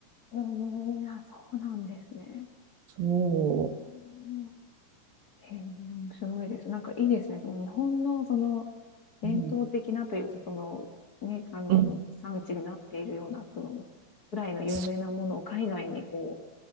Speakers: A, on the left; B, on the right.
A: うん、あ、そうなんですね。
B: そ
A: うん、へえ面白いです。なんかいいですね。その日本のその、伝統的なというその、
B: う、うん
A: ね、あの、
B: うん
A: 産地になっているような、その、ぐらいの有名なものを海外にこ
B: そ